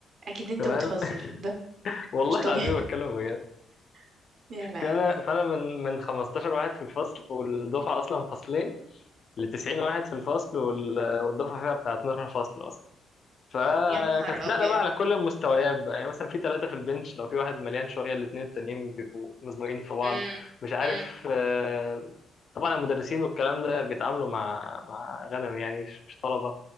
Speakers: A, on the right (about 40°); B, on the left (about 35°).
A: اكيد انت
B: تمام
A: بتهزر ده
B: <laughs> والله
A: مش طبيعي
B: العظيم بتكلم بجد
A: <laughs> يا لهوي
B: فانا فانا من من 15 واحد في الفصل والدفعه اصلا فصلين ل 90 واحد في الفصل وال- والدفعه فيها بتاع 12 فصل اصلا فكانت
A: يا نهار
B: نقله
A: ابيض
B: بقى على كل المستويات بقى يعني مثلا في ثلاثه في البنش لو في واحد مليان شويه الاثنين التانيين بيبقوا مزمجين في بعض
A: امم
B: مش عارف
A: امم
B: آه، طبعا المدرسين والكلام ده بيتعاملوا مع مع غنم يعني مش مش طلبه